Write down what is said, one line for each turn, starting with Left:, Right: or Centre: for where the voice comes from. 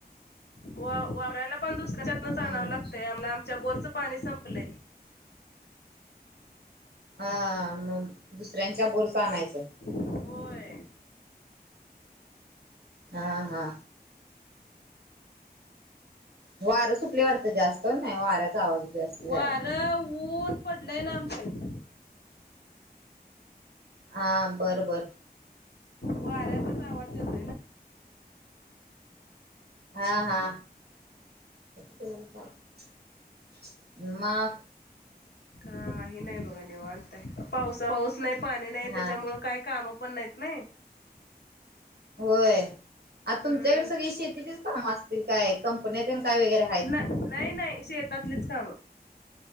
Left: होय वापरायला पण दुसऱ्याच्यातनच
Right: हम्म
Left: आणावं लागतय आमला आमच्या बोरचं पाणी संपलंय
Right: हा मग दुसऱ्यांच्या बोरचं आणायचं
Left: होय.
Right: हा हा. वारं सुटले वाटतं जास्त नाही वाऱ्याचा आवाज जास्त झाला
Left: वारं ऊन पडलंय ना आमच्या इथ
Right: हा बरं बरं.
Left: वाऱ्याचाच आवाज येत
Right: हा हा <unintelligible> म
Left: काही नाय बघा निवांत आहे पाऊ पाऊस नाही पाणी नाही
Right: हा
Left: त्याच्यामुळे काय काम पण नाहीत नाय
Right: व्हय आता
Left: हम्म
Right: तुमच्याकडे सगळी शेतीचीच काम असतील काय कंपन्यात काय वगैरे आहेत
Left: ना नाही नाही शेतातलीच कामं